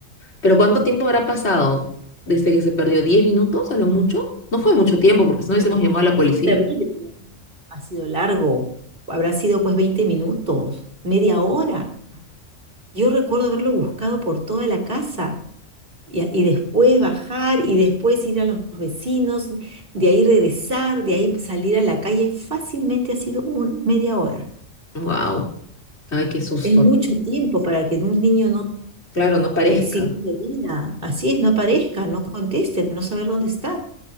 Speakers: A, on the left (about 60°); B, on the right (about 45°).
A: Pero ¿cuánto tiempo habrá pasado desde que se perdió? diez minutos a lo mucho? No fue mucho tiempo porque si
B: No,
A: no hubiésemos
B: no, no,
A: llamado a la policía.
B: ha sido terrible. ¿no? Ha sido largo. Habrá sido pues 20 minutos, media hora. Yo recuerdo haberlo buscado por toda la casa y, a- y después bajar y después ir a los vecinos, de ahí regresar, de ahí salir a la calle. Fácilmente ha sido un, media hora.
A: Wow. Ay, qué susto
B: Es mucho tiempo para que un niño no...
A: Claro, no parezca.
B: eh, signo de vida, así es, no aparezca, no conteste, no saber dónde está.